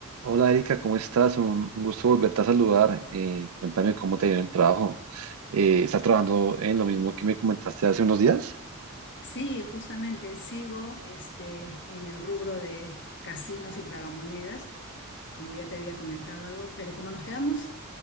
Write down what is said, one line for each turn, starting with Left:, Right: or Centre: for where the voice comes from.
Right: Hola Erika, ¿cómo estás? Un, un gusto volverte a saludar. Eh, cuéntame cómo te ha ido el trabajo. Eh, ¿estás trabajando en lo mismo que me comentaste hace unos días?
Left: Sí, justamente sigo este, en el rubro de casinos y tragamonedas, como ya te había comentado algo, pero como nos quedamos